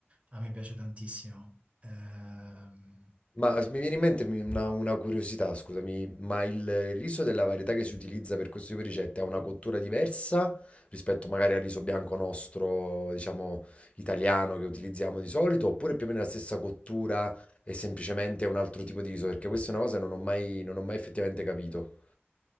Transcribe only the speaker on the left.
Ma s- mi viene in mente mi- una, una curiosità, scusami, ma il, il riso della varietà che si utilizza per questo tipo di ricette ha una cottura diversa rispetto magari al riso bianco nostro, diciamo, italiano che utilizziamo di solito, oppure più o meno la stessa cottura e semplicemente un altro tipo di riso? Perché questa è una cosa che non ho mai, non ho mai effettivamente capito.